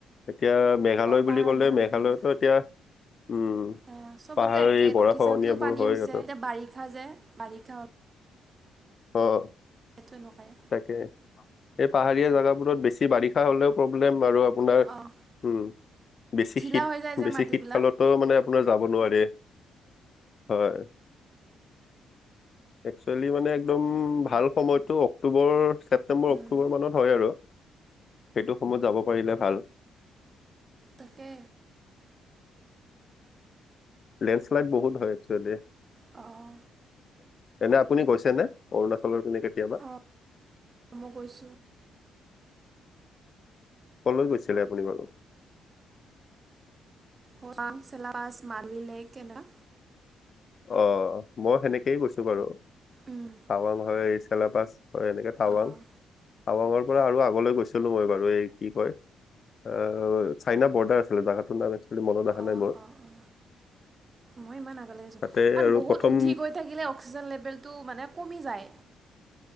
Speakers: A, on the left (about 45°); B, on the right (about 35°).
A: এতিয়া মেঘালয়
B: পাহাৰবিলাক
A: বুলি ক'লে মেঘালয়তো
B: ভাঙি
A: এতিয়া উম
B: অ চবতে
A: পাহাৰী
B: একে
A: গৰাখহনীয়াবোৰ
B: কি চাহকিও পানী
A: হয়
B: হৈছে
A: সিহঁতৰ
B: এতিয়া বাৰিষা যে বাৰিষা
A: অ
B: তলকায়
A: তাকে এই পাহাৰীয়া জোগাবোৰত বেছি বাৰিষা হলেও প্ৰব্লেম আৰু আপোনাৰ
B: অ'
A: উম বেছি
B: ঢিলা
A: শীত
B: হৈ যায় যে
A: বেছি
B: মাটিবিলাক
A: শীতকালত ত মানে আপোনাৰ যাব নোৱাৰে হয় একচুৱেলি মানে একদম ভাল সময়তটো অক্টোবৰ ছেপ্তেম্বৰ্
B: উম,
A: উ খবৰ মানত হয় আৰু সেইটো সময়ত যাব পাৰিলে ভাল
B: তাকে
A: লেণ্ডছ্লাইড বহুত হয় এক্চেলি
B: অঁ
A: এনে আপুনি গৈছে নে অৰুণাচলৰ পিনে কেতিয়াবা
B: অ' মই গৈছো
A: কলৈ গৈছিলে আপুনি বাৰু
B: মং চল আছ মাৰিিলেকে ন
A: অ মই সেনেকেই গৈছো বাৰু
B: উম,
A: াৱং ঘৰ এই চেলা পছ হয় এনেকে টাৱাং
B: অ'
A: টাৱাঙৰ পৰা আৰু আগলৈ গৈছিলো মই বাৰু এই কি কয় অ চাইনা বৰ্ডাৰ আছিলে জগাতো নাম একচুৱেলি মনত অহা
B: অ
A: নাই মোৰ
B: অ অ মই ইমান আগলৈে যো
A: তাতে
B: কাৰ
A: আৰু
B: বহুত
A: প্ৰথম
B: উঠি গৈ থাকিলে অক্সিজেন লেভেলটো মানে কমি যায়